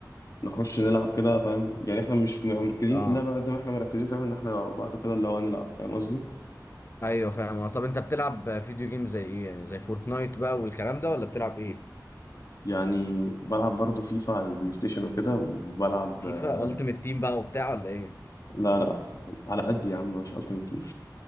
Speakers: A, on the left; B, on the left.
A: فنخش نلعب كده فاهم يعني احنا مش م- مركزين
B: اه
A: في اللعبه قد ما احنا مركزين فاهم ان احنا لو بعد كده اللي هو هنلعب فاهم قصدي
B: ايوه فاهم آه، طب انت بتلعب فيديو جيم زي ايه يعني زي فورتنايت بقى والكلام ده ولا بتلعب ايه
A: يعني بلعب برضه فيفا على البلاي ستيشن وكده وبلعب
B: فيفا
A: آه،
B: التيمت تيم بقى وبتاع ولا ايه
A: لا لا على قد يا عم مش التيمت تيم